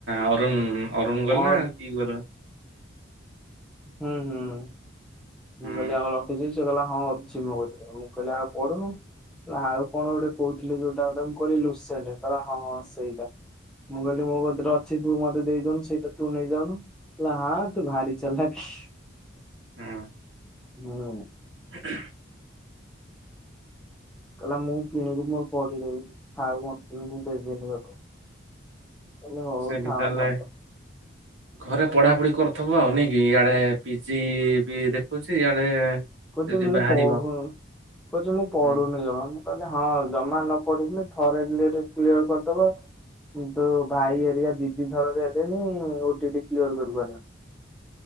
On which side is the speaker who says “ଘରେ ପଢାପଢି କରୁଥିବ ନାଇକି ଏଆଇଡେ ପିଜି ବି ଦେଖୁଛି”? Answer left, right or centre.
Right